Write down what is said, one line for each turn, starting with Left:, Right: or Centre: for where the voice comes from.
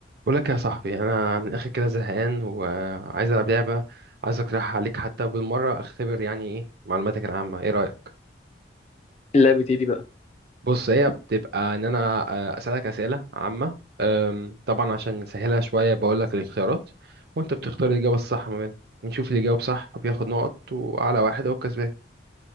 Right: بقول لك يا صاحبي انا من الاخر كده زهقان وعايز العب لعبه عايز اقترحها عليك حتى بالمره اختبر يعني ايه معلوماتك العامه ايه رايك
Left: اللعبة ايه دي بقى
Right: بص هي بتبقى ان انا آه، اسالك اسئله عامه أم، طبعا عشان نسهلها شويه بقول لك الاختيارات وانت بتختار الاجابه الصح ما بينهم ونشوف اللي يجاوب صح بياخد نقط واعلى واحد هو الكسبان